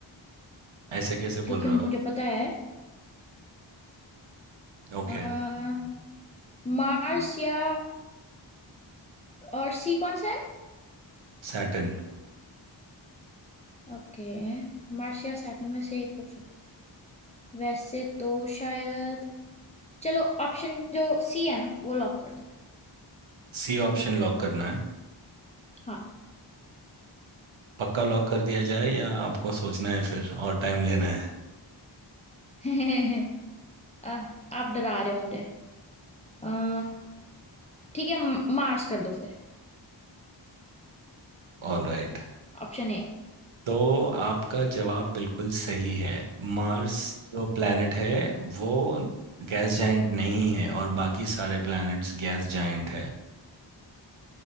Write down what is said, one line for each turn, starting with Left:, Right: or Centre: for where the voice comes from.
Right: ऐसे कैसे
Left: क्योंकि
Right: बोल रहे
Left: मुझे
Right: हो आप
Left: पता है
Right: Okay
Left: आ, मार्स या और सी कौन सा है
Right: Saturn
Left: ओके मार्स या सैटर्न में से एक हो सकता है वैसे तो शायद चलो ऑप्शन जो सी है ना वो लॉक कर दो
Right: C option lock करना है
Left: हाँ
Right: पक्का लॉक कर दिया जाए या आपको सोचना है फिर और टाइम लेना है
Left: <laughs> आ, आप डरा रहे हो मुझे आ, ठीक है मार्स कर दो फिर
Right: All right
Left: Option A
Right: तो आपका जवाब बिल्कुल सही है मार्स जो प्लैनेट है वो गैस जाइंट नहीं है और बाकी सारे प्लैनेट्स गैस जाइंट है